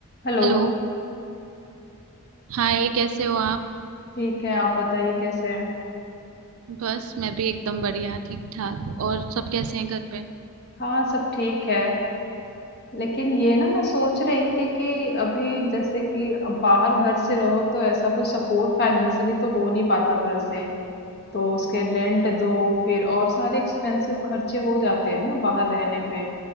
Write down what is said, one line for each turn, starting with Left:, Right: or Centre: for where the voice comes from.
Left: हेलो
Right: Hello Hi कैसे हो आप
Left: ठीक है आप बताइए कैसे हैं
Right: बस मैं भी एकदम बढ़िया ठीक ठाक और सब कैसे हैं घर पे
Left: हाँ सब ठीक है लेकिन ये ना मैं सोच रही थी कि अभी जैसे कि अब बाहर घर से रहो तो ऐसा कोई सपोर्ट फाइनेंशियली तो हो नहीं पाता घर से तो उसके रेंट दो फिर और सारे एक्सपेंसिव खर्चे हो जाते हैं ना बाहर रहने पे